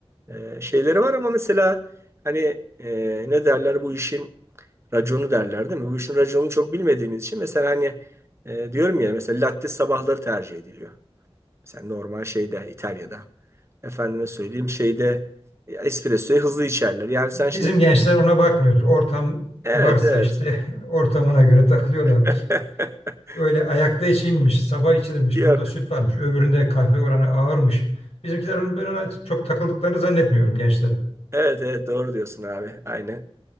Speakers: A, on the right; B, on the left.
A: e, şeyleri var ama mesela hani e, ne derler bu işin raconu derler değil mi? Bu işin raconunu çok bilmediğimiz için mesela hani e, diyorum ya mesela latte sabahları tercih ediliyor. Mesela normal şeyde İtalya'da efendime söyleyeyim şeyde e, espressoyu hızlı içerler. Yani sen
B: Bizim
A: şimdi
B: gençler ona bakmıyordur. Ortam
A: evet
B: varsa
A: evet
B: işte <laughs> ortamına göre takılıyorlardır.
A: <laughs>
B: Öyle ayakta içilmiş, sabah içilirmiş,
A: yok.
B: bunda süt varmış, öbüründe kahve oranı ağırmış. Bizimkiler onun- ben ona çok takıldıklarını zannetmiyorum gençlerin.
A: Evet evet doğru diyorsun abi. Aynen.